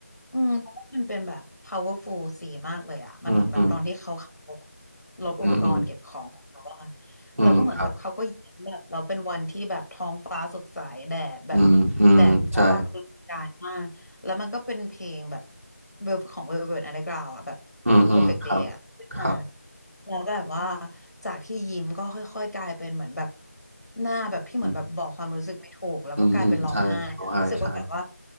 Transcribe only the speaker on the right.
อืมอืม
อืมอืมอืมครับ
อืมอืมใช่
อืมอืมครับ
ครับ
อืมอืมอืมใช่ร้องไห้ใช่